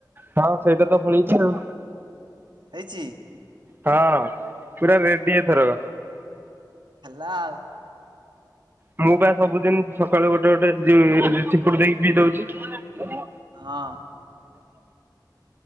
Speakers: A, on the right; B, on the right.
A: ହଁ ସେଇଟା ତ ଫଳିଛି ଆଉ
B: ହେଇଛି।
A: ହଁ ପୁରା ରେଡିଥର
B: ହଉ।
A: ମୁଁ ବା ସବୁଦିନ ସକାଳୁ ଗୋଟେ ଗୋଟେ ଚି ଚିପୁଡି ଦେଇକି ପିଇ ଦଉଛି। ହ ହ।
B: ହଁ